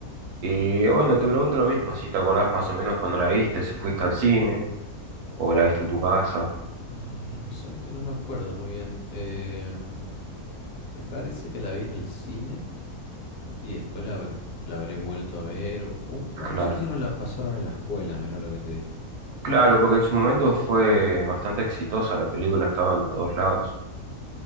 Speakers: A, on the right; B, on the left.
A: Y bueno, te pregunto lo mismo, si te acordás más o menos cuando la viste, si fuiste al cine o la viste en tu casa.
B: Ah, vos sabés que no me acuerdo muy bien. Em, me parece que la vi en el cine y después la, habré la habré vuelto a ver. O, o o
A: Claro.
B: no sé si no la pasaron en la escuela, mira lo que te digo.
A: Claro, porque en su momento fue bastante exitosa, la película estaba en todos lados.